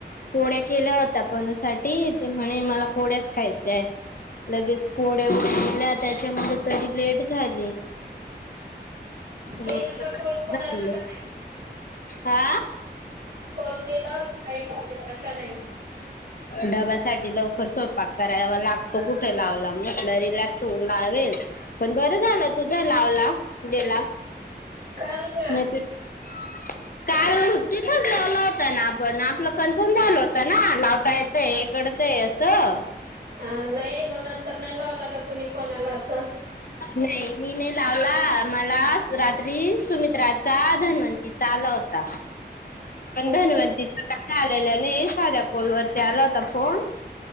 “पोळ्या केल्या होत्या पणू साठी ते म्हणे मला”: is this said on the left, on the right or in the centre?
Left